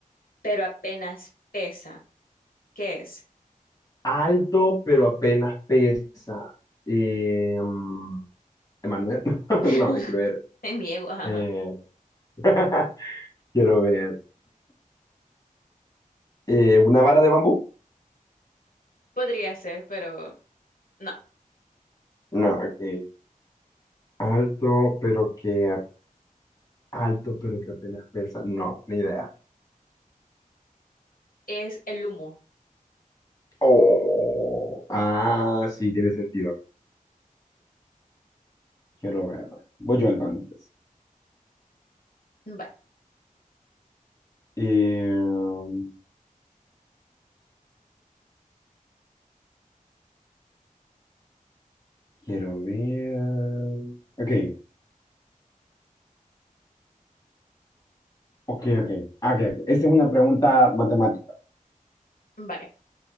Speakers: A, on the left; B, on the left.
A: pero apenas pesa. ¿Qué es?
B: Alto, pero apenas pesa. Eh, mm, Emanuel, <laughs>
A: <laughs>
B: no, quiero ver.
A: En mi ego, ajá.
B: eh, <laughs> quiero ver. eh, ¿una vara de bambú?
A: Podría ser, pero no,
B: No, ok. Alto, pero que Alto, pero que apenas pesa. No, ni idea.
A: es el humo.
B: Oh, ah, sí, tiene sentido. Quiero ver. Voy yo entonces.
A: vale
B: Eh, quiero ver. Ok, ok, ok. Ah, ok, ok. Esta es una pregunta matemática.
A: vale